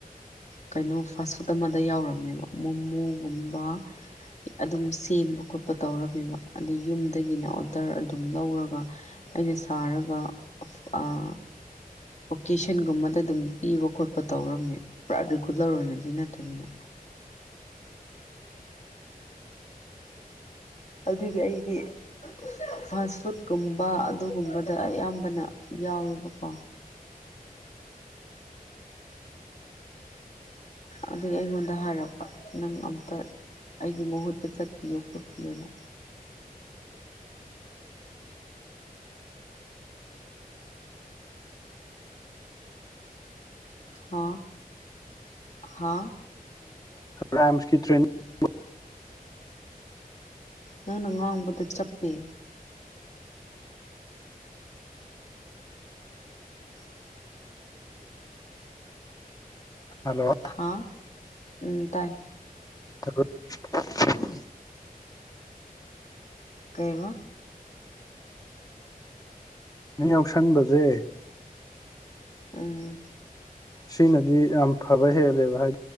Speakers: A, on the left; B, on the left.
A: ꯀꯩꯅꯣ ꯐꯥꯁ ꯐꯨꯗ ꯑꯃꯗ ꯌꯥꯎꯔꯝꯃꯦꯕ ꯃꯣꯃꯣꯒꯨꯝꯕ ꯑꯗꯨꯝ ꯁꯦꯝꯕ ꯈꯣꯠꯄ ꯇꯧꯔꯝꯃꯦꯕ ꯑꯗꯩ ꯌꯨꯝꯗꯒꯤꯅ ꯑꯣꯗꯔ ꯑꯗꯨꯝ ꯂꯧꯔꯒ ꯑꯩꯅ ꯁꯥꯔꯒ ꯑꯥ ꯑꯣꯀꯦꯁꯟꯒꯨꯝꯕꯗ ꯑꯗꯨꯝ ꯄꯤꯕ ꯈꯣꯠꯄ ꯇꯧꯔꯝꯃꯦ ꯄꯨꯔꯥ ꯔꯤꯒꯨꯂꯔ ꯑꯣꯏꯅꯗꯤ ꯅꯠꯇꯕꯤꯗ ꯑꯗꯨꯗꯤ ꯑꯩꯗꯤ ꯐꯥꯁ ꯐꯨꯗꯀꯨꯝꯕ ꯑꯗꯨꯒꯨꯝꯕꯗ ꯑꯌꯥꯝꯕꯅ ꯌꯥꯎꯋꯦꯕꯀꯣ ꯑꯗꯨꯒꯤ ꯑꯩꯉꯣꯟꯗ ꯍꯥꯏꯔꯛꯄ ꯅꯪ ꯑꯝꯇ ꯑꯩꯒꯤ ꯃꯍꯨꯠꯇ ꯆꯠꯄꯤꯌꯨ ꯈꯣꯠꯄꯤꯌꯣꯅ ꯍꯥ ꯍꯥ
B: ꯔꯥꯏꯝꯁꯀꯤ ꯇ꯭ꯔꯦꯅꯤꯡ <inaudible>
A: ꯅꯪꯅꯉꯥꯡꯕꯗ ꯆꯞꯄꯦ <inaudible>
B: ꯍꯜꯂꯣ
A: ꯍꯥ ꯎꯝ ꯇꯥꯏ
B: <inaudible>
A: ꯀꯩꯕ
B: <inaudible> ꯌꯥꯎꯁꯟꯕꯁꯦ
A: ꯎꯝ
B: ꯁꯤꯅꯗꯤ ꯌꯥꯝ ꯐꯕ ꯍꯦꯜꯂꯦꯕ ꯍꯥꯏ